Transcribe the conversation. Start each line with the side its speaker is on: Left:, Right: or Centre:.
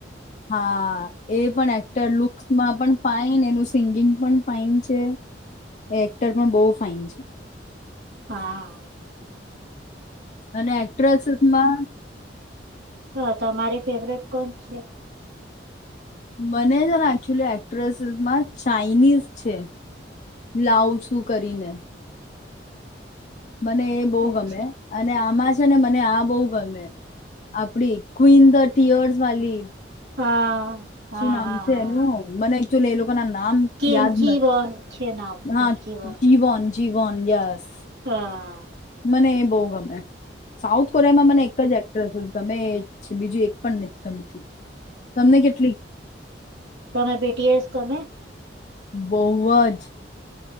Left: હા. એ પણ એક્ટર લુક્સમાં પણ. ફાઇન એનું સિંગિંગ પણ ફાઇન છે એક્ટર પણ બહુ ફાઇન છે.
Right: હા.
Left: અને એક્ટ્રેસીસ માં.
Right: હા તમારી ફેવરેટ કોણ છે?
Left: મને છે ને એકચુલી એક્ટ્રેસીસમાં ચાાઈનીઝ છે. લ્લાઉસું કરીને. મને એ બહુ
Right: અચ્છા
Left: ગમે અને આમાં જ. ને મને આ બહુ ગમે આપડી ક્વિન ધ ટીયર્સ વાલી.
Right: હા. હા
Left: શું નામ
Right: હા
Left: છે
Right: હા
Left: એનું? મને એકચુલી એ લોકોના નામ
Right: કિમકી
Left: યાદ નથી.
Right: વન છે નામ
Left: હા
Right: કિમકી વન
Left: જીવન. જીવન, યસ
Right: હા
Left: મને એ બહુ ગમે સાઉથ કોરિયામાં મને એક જ એક્ટ્રેસ ગમે બીજું <unintelligible> તમને કેટ
Right: <inaudible> તમને બીટીએશ ગમે?
Left: બૌવ જ